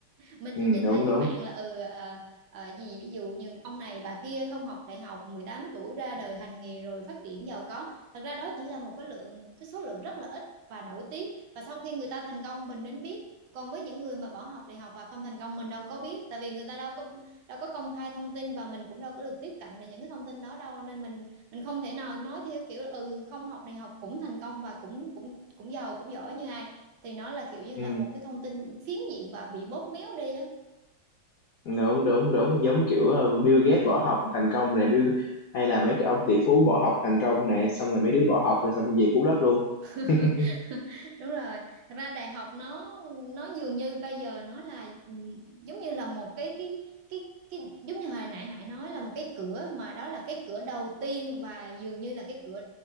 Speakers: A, on the right (about 70°); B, on the left (about 80°).
A: mình
B: ừ,
A: chỉ nhìn
B: đúng
A: thấy trên
B: đúng
A: mạng là ừ à, à, gì ví dụ như ông này bà kia không học đại học 18 tuổi ra đời hành nghề rồi phát triển giàu có thật ra đó chỉ là một cái lượng cái số lượng rất là ít và nổi tiếng và sau khi người ta thành công mình đến biết còn với những người mà bỏ học đại học và không thành công mình đâu có biết tại vì người ta đâu có đâu có công khai thông tin và mình cũng đâu có được tiếp cận được những cái thông tin đó đâu nên mình mình không thể nào nói theo kiểu là, ừ không học đại học cũng thành công và cũng cũng cũng giàu cũng giỏi như ai thì nó là kiểu như là
B: Ừ,
A: một cái thông tin phiến diện và bị bóp méo đi á
B: đúng đúng đúng giống kiểu ờ, Bill Gates bỏ học thành công này Bill hay là mấy cái ông tỷ phú bỏ học thành công này xong rồi mấy đứa bỏ học rồi xong rồi về cuốc đất luôn
A: <laughs>
B: <laughs>
A: đúng rồi Thật ra đại học nó nó dường như bây giờ nó là ừ, giống như là một cái cái cái cái giống như hồi nãy Hải nói là một cái cửa mà đó là cái cửa đầu tiên và dường như là cái cửa